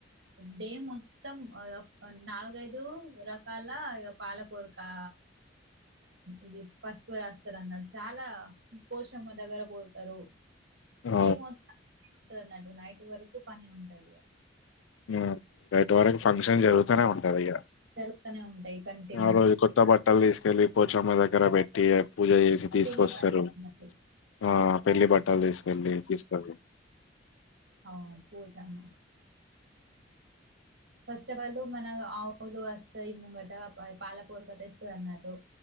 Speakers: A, on the right; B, on the left.
A: డే మొత్తం ఒక నాలుగైదు రకాల ఇగ పా లాపోరుకా ఇది పసుపు రాస్తారు అన్నాటు చాలా పోషమ్మ దగ్గర పోతారు
B: ఆ
A: డే మొత్తం ఉంటది అన్నట్టు నైట్ వరకు పని ఉంటదిగ
B: హ్మ్ నైట్ వరకు ఫంక్షన్ జరుగుతనే ఉంటది ఇక
A: తానే ఉంటాయి కంటిన్యూ
B: ఆ రోజు కొత్త బట్టలు తీసుకెళ్ళి పోచమ్మ దగ్గర పెట్టి పూజ చేసి తీసుకొస్తారు
A: పెళ్లి బట్టలు
B: ఆ పెళ్లి బట్టలు తీసుకెళ్ళి తీసుకెళ్లి
A: ఆ పోతాము ఫస్ట్ ఆఫ్ ఆల్ మన ఆవులు వస్తాయి ముంగట పాలపొరుక తెస్తే అన్నట్టు